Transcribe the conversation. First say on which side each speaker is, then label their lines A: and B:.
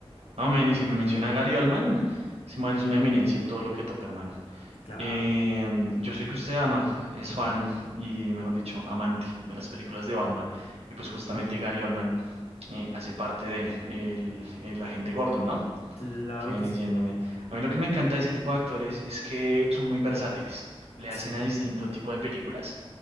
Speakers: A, on the right; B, on the left.
A: No, man, y si me menciona a Gary Oldman, ese man es una eminencia de todo lo que toca, hermano.
B: Claro,
A: Eh, yo
B: claro,
A: sé que usted
B: claro.
A: ama, es fan y, mejor dicho, amante de las películas de Batman. Y pues justamente
B: Mm,
A: Gary Oldman eh, hace parte de el, el agente Gordon, ¿no?
B: claro
A: Que viene
B: que sí.
A: siendo, man. A mí lo que me encanta de ese tipo de actores es que son muy versátiles. Le
B: Sí.
A: hacen a distinto tipo de películas